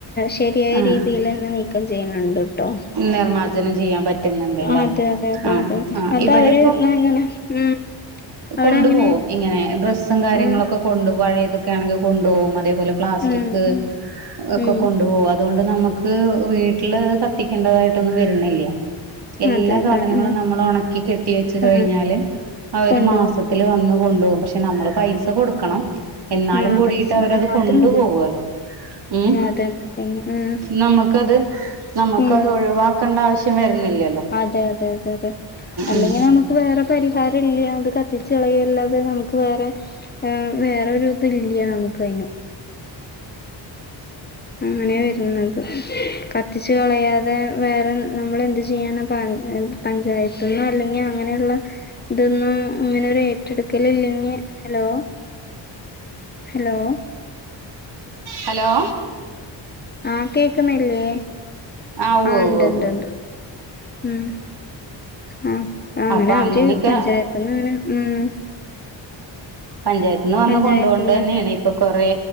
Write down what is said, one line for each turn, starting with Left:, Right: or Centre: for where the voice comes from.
Left: ശരിയായ
Right: ആഹ്
Left: രീതിയിലെന്നെ നീക്കം ചെയ്യ്ണ്ട്ട്ടോ.
Right: നിർമ്മാർജ്ജനം ചെയ്യാൻ പറ്റുന്നുണ്ട് ല്ലേ
Left: അതെ അതെ. അതെ.
Right: ആഹ്
Left: അതെ
Right: ആഹ്
Left: അത
Right: ഇവിടെ
Left: അവര്എങ്ങനെ ഉം. അവിടെ
Right: കൊണ്ടു
Left: അങ്ങനെ
Right: പോകും. ഇങ്ങനെ ഡ്രസ്സും കാര്യങ്ങളൊക്കെ
Left: ആഹ്
Right: കൊണ്ട് പഴേതൊക്കെ ആണെങ്കിൽ കൊണ്ടു പോകും. അതേപോലെ പ്ലാസ്റ്റിക്
Left: ഉം ഉം
Right: ഒക്കെ
Left: ഉം
Right: കൊണ്ടു പോവാ അതുകൊണ്ട് നമക്ക് വീട്ടില് അത് കത്തിക്കെണ്ടതായിട്ടൊന്നും വരുന്നില്ല. എല്ലാ
Left: അതേല്ലേ.
Right: സാധനങ്ങളും
Left: ആഹ്
Right: നമ്മള് ഒണക്കി കെട്ടി വെച്ച് കഴിഞ്ഞാല്
Left: ആഹ്
Right: അവര്
Left: കൊണ്ടോവും.
Right: മാസത്തി ത്തില്‌ വന്ന് കൊണ്ടുപോകും. പക്ഷെ നമ്മള് പൈസ കൊടുക്കണം. എന്നാലും
Left: ആഹ്
Right: കൂടിയിട്ട്
Left: പൈസ
Right: അവരത്
Left: ആഹ്
Right: കൊണ്ടു
Left: അതുണ്ട്.
Right: പോവോല്ലോ. ഉം
Left: അതന്നെ അതന്നെ. ഉം
Right: നമ്മക്കത് നമ്മക്കത്
Left: ഉം
Right: ഒഴിവാക്കണ്ട ആവശ്യം വര്ന്നില്ല.
Left: അതെ അതെ അതെ അതെ അല്ലെങ്കി
Right: ഉം
Left: നമുക്ക് വേറെ പരിഹാരം ഇല്ല. ഇത് കത്തിച്ച് കളയല്ലാതെ നമുക്ക് വേറെ വേ വേറൊരു ഇത് ഇല്യാ നമുക്ക് അയിനും ഉ അങ്ങനെ വരുന്നത്. കത്തിച്ച് കളയാതെ വേറെ നമ്മള് എന്ത് ചെയ്യാന പറ എന്ത്- പഞ്ചായത്ത് നിന്നോ അല്ലെങ്കി അങ്ങനെയുള്ള ഇതിന്നോ ഇങ്ങനെ ഒരു ഏറ്റെടുക്കല് ഇല്ലെങ്കി ഹലോ ഹലോ
Right: ഹലോ
Left: ആഹ് കേക്കുന്നില്ലേ?
Right: ആ ഉവ്വ്
Left: ആഹ്
Right: ഉവ്വ്
Left: ഇണ്ട് ഇണ്ട്
Right: ഉവ്വ്
Left: ഇണ്ട് ഉം. ആ അ അങ്ങനെ
Right: അപ്പൊ
Left: അവര്
Right: അങ്ങനെയൊക്കെ
Left: പഞ്ചായത്ത്ന്ന് ഇങ്ങനെ ഉം
Right: പഞ്ചായത്ത്ന്ന് വന്ന്
Left: പഞ്ചായത്ത്ന്ന്
Right: കൊണ്ട് പോകണ്ടതന്നേണ് ഇപ്പൊ കൊറേ